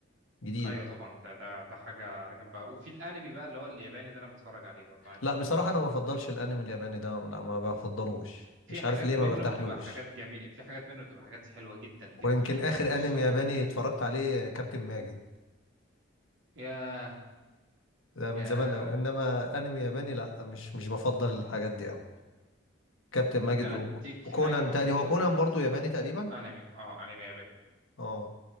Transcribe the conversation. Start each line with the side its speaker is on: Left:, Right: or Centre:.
Left: جديد
Right: ايوه طبعا ده ده ده حاجه على جنب بقى وفي الانمي بقى اللي هو الياباني ده انا بتفرج عليه برضه عادي
Left: لا
Right: كده
Left: بصراحه انا ما بفضلش الانمي الياباني ده لا ما بفضلوش
Right: في
Left: مش
Right: حاجات
Left: عارف ليه ما
Right: منه
Left: برتاحلوش
Right: بتبقى حاجات جميله في حاجات منه بتبقى حاجات حلوه جدا جدا
Left: ويمكن
Right: بت-
Left: اخر
Right: قصه
Left: انمي ياباني اتفرجت عليه كابتن ماجد
Right: يا
Left: ده من
Right: يا
Left: زمان أوي إنما أنمي ياباني لأ مش مش بفضل الحاجات دي أوي كابتن
Right: ممكن
Left: ماجد
Right: اديك
Left: وك- وكونان
Right: حاجه بسيطه
Left: تقريبا هو كونان برضو ياباني تقريبا
Right: انمي اه انمي ياباني
Left: اه